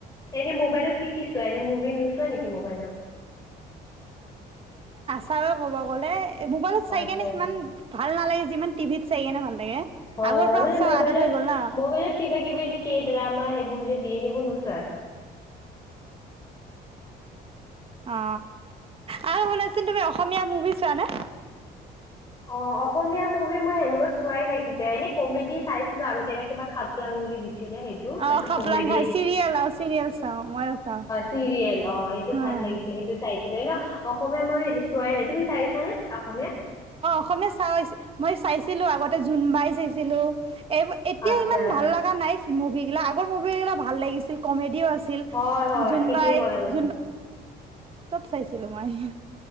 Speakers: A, on the left; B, on the right.
A: এনে মোবাইলত কি কি এনে মুভি নোচোৱা নেকি মোবাইলত?
B: চাব ক'ব গ'লে এ মোবাইলত চাই
A: আচ্ছা
B: কেনে সিমান ভালাগ যিমান টিত চায়েনে ভাল লাগে
A: হয়
B: আগৰ
A: হয়
B: পৰা
A: মানে
B: চোৱা
A: মোবাইলত
B: আদত হৈ গ'ল না
A: মোবাইলত কিবা কিবি এই কে ড্ৰামা সেইবোৰ যে দিয়ে সেইবোৰ নোচোৱা
B: অ আৰু শুনাছিলোন তুমি অসমীয়া মুভি চোৱানে?
A: অ অসমীয়া মুভি মই সেনেকুৱা চোৱাই নাই কেতিয়া এনে কমেডি চাইছিলো আগতে এটা কিবা খাপ লাংগ বুলি দি সেই
B: অ
A: মানে
B: খাপলাং
A: কমে
B: খাই চিৰিয়েল আৰু চিৰিয়েল চাও মইও চাও
A: চিৰিয়েল অ এইটো ভাল
B: অ
A: লাগিছিলে সেইটো চাই ন অসমীয়া মইচোৱাই নাই তুমি চাইিছা নে অসমীয়া
B: অসমে চা মই চাইছিলো আগত ততে জোন বাই চাইছিলো এই এতিয়া
A: আচ্ছা
B: ইমান ভাল লগা নাই মুভি গিলাক মুভিগিলা ভাল লাগিছিল কমেডিও আছিল
A: হয় হয়
B: <inaudible>
A: ঠিকেই ক'লা তুমি
B: চাইছিলো মায়ে।